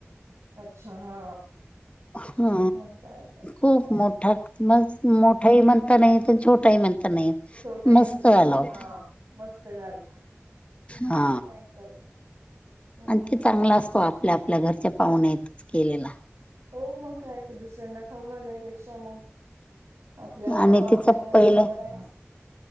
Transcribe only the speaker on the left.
हा,
खूप मोठा मज मोठाही म्हणता नाही येत आणि छोटाही म्हणता नाही येत.
मस्त
झाला
होता
हा,
आणखी चांगला <unintelligible> आपल्या आपल्या घरच्या पाहुण्यातच केलेला.
आणि
तिचं पहिलं